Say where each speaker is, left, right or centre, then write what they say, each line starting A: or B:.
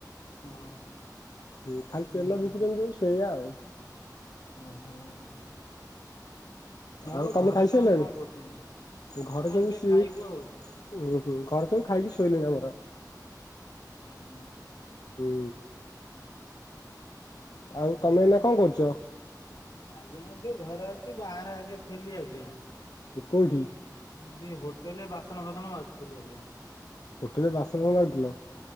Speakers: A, on the left (about 85°); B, on the left (about 65°).
A: ଓହୋ
B: ହୁ ଖାଲି
A: ଆଜ୍ଞା
B: ତେଲ ବିକୁଛନ୍ତି ଯୋଉ ସେଇଆ ଆଉ।
A: ଓହୋ। ହଉ
B: ଆଉ ତମେ
A: ଘରେ
B: ଖାଇସାରିଲଣି
A: ସମସ୍ତେ କଣ କରୁଛନ୍ତି? ହଁ
B: ଘରେ ସବୁ
A: ଏବେ
B: ସିଏ
A: ଖାଇବୁ ଆଉ।
B: ଉୁଁ ହୁଁ ଘରେ ସବୁ ଖାଇକି ଶୋଇଲିଣି ଆମର।
A: ଆୟା।
B: ହୁଁ। ଆଉ
A: ହଁ।
B: ତମେ ଏନା କଣ କରୁଚ?
A: ଆଜ୍ଞା ଏବେ ଘରେ ଅଛି ବାହାରେ ଆଜ୍ଞା ଥିଲି ଆଜ୍ଞା।
B: କୋଉଠି?
A: ଥିଲି ହୋଟେଲେ ବାସନ ଫାସନ ମାଯୁଥିଲି ଆଜ୍ଞା।
B: ହୋଟେଲ ବାସନ ମାଯୁଥୁଲ?